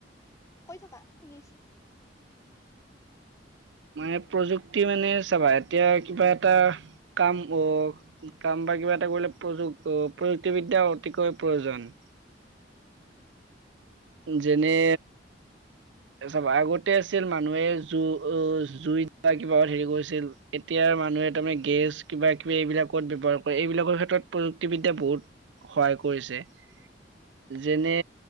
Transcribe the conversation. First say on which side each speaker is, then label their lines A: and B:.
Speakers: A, on the left; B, on the right.
A: কৈ থাকা, শুনি আছো।
B: মানে প্ৰযুক্তি মানে চাবা, এতিয়া কিবা এটা কাম অ কাম বা কিবা এটা কৰিলে প্ৰযু-প্ৰযুক্তিবিদ্যাৰ অতিকৈ প্ৰয়োজন। যেনে চাবা, আগতে আছিল মানুহে জু অ জুইত বা কিবাহত হেৰি কৰিছিল। এতিয়া মানুহে তাৰমানে গেছ কিবা কিবি এইবিলাকত ব্যৱহাৰ কৰে, এইবিলাকৰ ক্ষেত্ৰত প্ৰযুক্তিবিদ্যাই বহুত সহায় কৰিছে। যেনে,